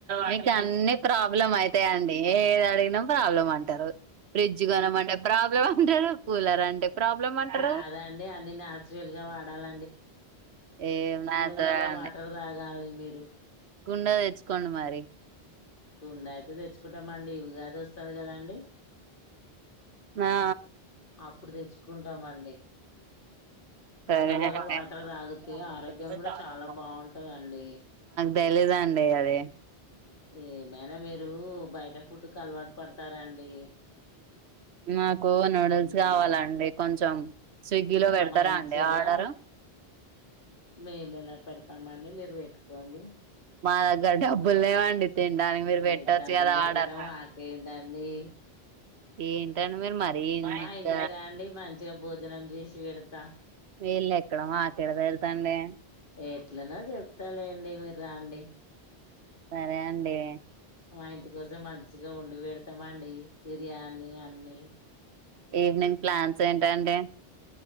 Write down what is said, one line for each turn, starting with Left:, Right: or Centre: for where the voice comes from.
Right: మీకు అన్ని ప్రాబ్లం అయితాయండి ఏది అడిగినా ప్రాబ్లమ్ అంటారు ఫ్రిడ్జ్. కొనమంటే ప్రాబ్లం అంటారు కూలర్ అంటే ప్రాబ్లం అంటారు
Left: కాదండి అన్ని నాచురల్ గా వాడాల.
Right: ఏం నాతోరాదండి
Left: కుండలో వాటర్ తాగాలి మీరు.
Right: కుండ తెచ్చుకోండి మరి
Left: కుండ అయితే తెచ్చుకుంటాం అండి ఉగాది ఓస్తది కదాండి.
Right: ఆ
Left: అప్పుడు తెచ్చుకుంటామండి.
Right: సరే
Left: కుండలో
Right: నేను
Left: వాటర్ తాగితే
Right: <unintelligible>
Left: ఆరోగ్యం కూడా చాలా బాగుంటదండి
Right: తెలిదండి అది.
Left: ఏమైనా మీరు బయట ఫుడ్కు అలవాటు పడతారండి.
Right: నాకు నూడిల్స్
Left: ఉమ్
Right: కావాలండి కొంచెం. స్విగ్గీ లో పెడతారా
Left: మంచిగా
Right: అండి ఆర్డరు.
Left: మేము ఎలా పెడతామండి మీరు పెట్టుకోండి
Right: మా దగ్గర డబ్బులేవ్వండి. తిన్డానికి మీరు
Left: మీకు
Right: పెట్టొచ్చు
Left: డబ్బులు
Right: కదా
Left: లేకటం
Right: ఆర్డర్.
Left: మాకేందండి
Right: ఏంటండి మీరు మరీ
Left: మా
Right: ఇంత
Left: ఇంటికి రండి మంచిగా భోజనం చేసి పెడతా.
Right: మీఇల్లు ఎక్కడ మాకెడ తెల్సండి.
Left: ఎట్లనో చెప్తా లేండి మీరు రండి.
Right: సరే అండి.
Left: మా ఇంటి కోస్తే మంచిగా ఓన్డి పెడతామండి బిర్యానీ అన్ని.
Right: ఈవినింగ్ ప్లాన్స్ ఏంటండి